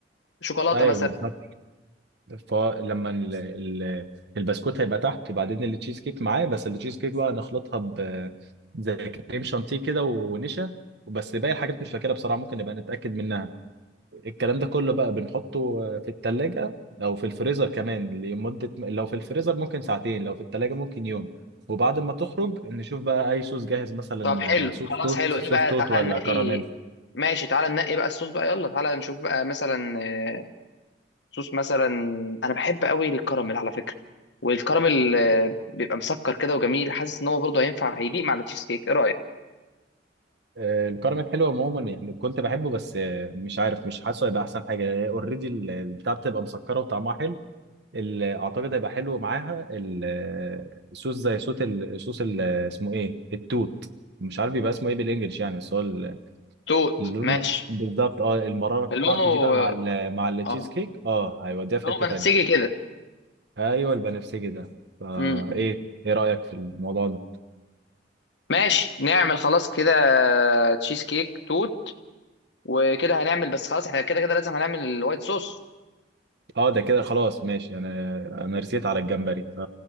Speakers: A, on the left; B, on the right.
A: شوكولاته
B: ايوه
A: مثلا
B: بالظبط فلما ال... ال... البسكوت هيبقى تحت بعدين التشيز كيك معاه بس التشيز كيك بقى نخلطها ب زي كريم شانتيه كده ونشا وبس باقي الحاجات مش فاكرها بصراحه ممكن نبقى نتاكد منها الكلام ده كله بقى بنحطه في الثلاجه او في الفريزر كمان لمده لو في الفريزر ممكن ساعتين لو في الثلاجه ممكن يوم وبعد ما تخرج نشوف بقى اي صوص جاهز مثلا
A: طب حلو
B: صوص
A: خلاص
B: توت
A: حلو
B: صوص
A: ايه بقى
B: توت
A: تعالى
B: ولا
A: ننقي
B: كراميل
A: ماشي تعالى ننقي بقى الصوص بقى يلا تعالى نشوف بقى مثلا آه، صوص مثلا انا بحب قوي الكراميل على فكرة والكراميل آه، بيبقى مسكر كده وجميل حاسس ان هو برضه هينفع هيليق مع التشيز كيك ايه رأيك
B: آه، الكرم الحلو عموما يعني كنت بحبه بس آه، مش عارف مش حاسه هيبقى احسن حاجه اوريدي البتاع بتبقى مسكره وطعمها حلو ال- اعتقد هيبقى حلو معاها ال- آه، صوص زي صوت ال- صوص ال- آه، اسمه ايه التوت مش عارف بيبقى اسمه ايه بالانجلش يعني بس هو ال-
A: توت
B: اللون
A: ماشي
B: بالظبط اه المراره
A: لونه
B: بتاعته دي بقى مع ال مع التشيز
A: اه
B: كيك اه هيوديها في
A: لونه
B: حته
A: بنفسجي
B: تانيه
A: كده
B: ايوه البنفسجي ده فايه
A: امم
B: ايه إيه رايك في الموضوع ده
A: ماشي نعمل خلاص كده آه، تشيز كيك توت وكده هنعمل بس خلاص احنا كده كده لازم هنعمل الوايت صوص
B: اه ده كده خلاص ماشي انا انا رسيت على الجمبري ف...